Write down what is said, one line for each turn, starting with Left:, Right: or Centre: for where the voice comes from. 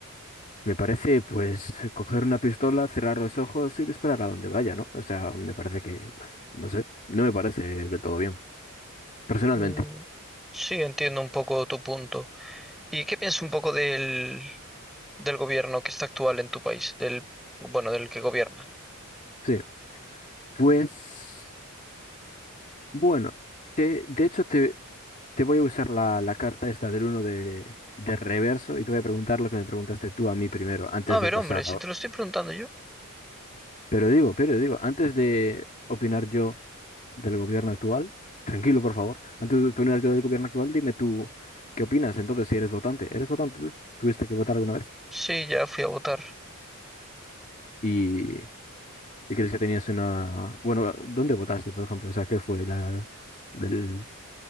Left: Me parece, pues, coger una pistola, cerrar los ojos y disparar a donde vaya, ¿no? O sea, me parece que, no sé, no me parece del todo bien, personalmente.
Centre: Mm, Sí, entiendo un poco tu punto. ¿Y qué piensas un poco del, del gobierno que está actual en tu país? Del, bueno, del que gobierna.
Left: Sí, pues, bueno, te, de hecho te, te voy a usar la, la carta esta del uno de, de reverso y te voy a preguntar lo que me preguntaste tú a mí primero, antes
Centre: A ver,
Left: de pasar
Centre: hombre, si te lo estoy preguntando yo.
Left: Pero digo, pero digo, antes de opinar yo del gobierno actual, tranquilo, por favor, antes de opinar yo del gobierno actual, dime tú qué opinas. Entonces, si eres votante, ¿eres votante? tú? ¿Tuviste que votar alguna vez?
Centre: Sí, ya fui a votar.
Left: ¿Y, y crees que tenías una... Bueno, ¿dónde votaste, por ejemplo? O sea, ¿qué fue la... del...